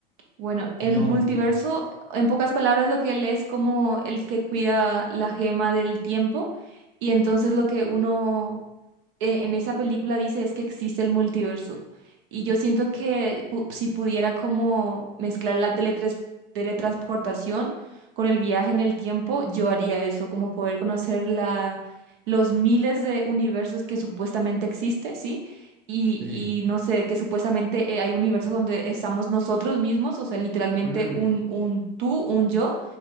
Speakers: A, on the right (about 60°); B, in the centre.
A: Bueno, el
B: no,
A: multiverso,
B: no,
A: en pocas palabras, lo que él es como el que cuida la gema del tiempo y entonces lo que uno eh, en esa película dice es que existe el multiverso. Y yo siento que pu- si pudiera como mezclar la teletres- teletransportación con el viaje en el tiempo, yo haría eso, como poder conocer la, los miles de universos que supuestamente existe, ¿sí? Y,
B: sí,
A: y no sé, que supuestamente eh, hay universos donde estamos nosotros mismos, o sea, literalmente
B: Mm,
A: un, un tú, un yo,